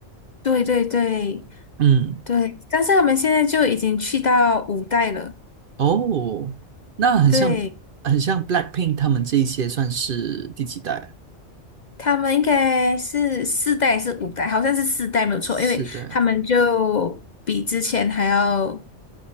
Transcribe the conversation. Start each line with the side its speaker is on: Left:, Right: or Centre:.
Left: 对对对
Right: 嗯，
Left: 对，但是他们现在就已经去到五代了，
Right: 哦，那很像很像
Left: 对。
Right: Blackpink 他们这一些算是第几代？
Left: 他们应该是四代还是五代，好像是四代没有错，
Right: 四代。
Left: 因为他们就比之前还要